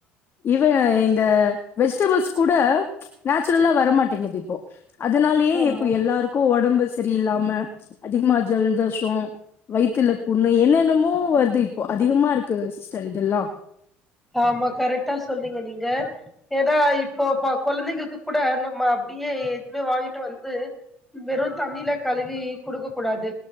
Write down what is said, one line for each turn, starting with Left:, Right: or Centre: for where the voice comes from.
Left: இவன் இந்த வெஜிடபிள்ஸ் கூட நேச்சுரலா வர மாட்டேங்குது கங்கது இப்ப அதனாலயே
Centre: ஆமா
Left: இப்ப எல்லாருக்கும் உடம்பு சரியில்லாம அதிகமா ஜல் தோஷம் வயித்தல புண்ணு என்னென்னமோ வருது இப்போ அதிகமா இருக்கு சிஸ்டர் இதெல்லாம்
Centre: ஆமா கரெக்டா சொன்னிங்க நீங்க எதா இப்பொபா கொழந்தைங்களுக்கு கூட நம்ம அப்டியே வாங்கிட்டு வந்து வெறு தண்ணில கழுவி குடுக்க கூடாது